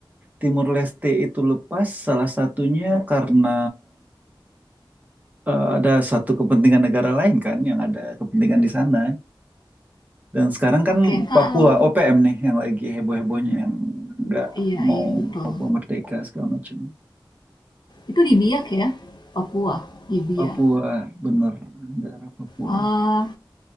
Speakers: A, on the right; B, on the left.
A: Timur Leste itu lepas salah satunya karena eh, ada satu kepentingan negara lain kan yang ada kepentingan di sana. Dan sekarang kan
B: oke kalau
A: Papua OPM nih yang lagi heboh-hebohnya yang nggak
B: iya
A: mau
B: iya betul.
A: Papua merdeka segala macam.
B: Itu di Biak ya, Papua di Biak.
A: Papua bener negara Papua.
B: Eh,